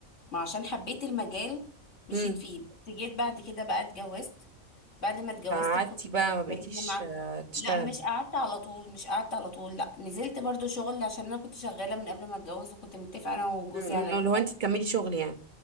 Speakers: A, on the left (about 60°); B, on the right (about 35°).
A: ما عشان حبيت المجال مشيت
B: امم
A: فيه بس جيت بعد كده بقى اتجوزت بعد ما اتجوزت
B: فقعدتي
A: كنت بتكلمي
B: بقى ما بقيتيش
A: مع
B: آه، تشتغل
A: لا مش قعدت على طول مش قعدت على طول لا نزلت برضو شغل عشان انا كنت شغالة من قبل ما اتجوز وكنت متفقة انا وجوزي
B: امم
A: على كده
B: لو انتي تكملي شغل يعني